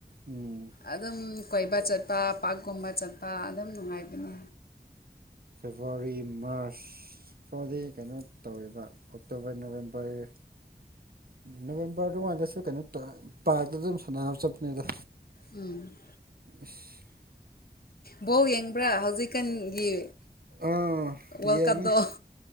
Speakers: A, on the right; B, on the left.
A: ꯎꯝ꯫
B: ꯑꯗꯨꯝ ꯀꯣꯏꯕ ꯆꯠꯄ ꯄꯥꯔꯀꯨꯝꯕ ꯆꯠꯄ ꯑꯗꯨꯝ ꯅꯨꯡꯉꯥꯏꯕꯅꯦ꯫
A: ꯐꯦꯕ꯭ꯔꯋꯥꯔꯤ ꯃꯥꯔꯁ꯫ ꯐꯥꯎꯗꯤ ꯀꯩꯅꯣ ꯇꯧꯋꯦꯕ ꯑꯣꯛꯇꯣꯕꯔ ꯅꯣꯕꯦꯝꯕꯔ ꯅꯕꯦꯝꯕꯔ ꯑꯗꯨꯃꯥꯏꯗꯁꯨ ꯀꯩꯅꯣ ꯇꯧꯑꯦ ꯄꯥꯔꯛꯇ ꯑꯗꯨꯝ ꯁꯥꯟꯅꯕ ꯆꯠꯄꯅꯦꯗ꯫
B: ꯎꯝ꯫
A: ꯏꯁ꯫
B: ꯕꫭꯜ ꯌꯦꯡꯕ꯭ꯔꯥ ꯍꯧꯖꯤꯛꯀꯥꯟꯒꯤ
A: ꯑꯥ
B: ꯋꯥꯔꯜ
A: ꯌꯦꯡꯉꯦ
B: ꯀꯞꯇꯣ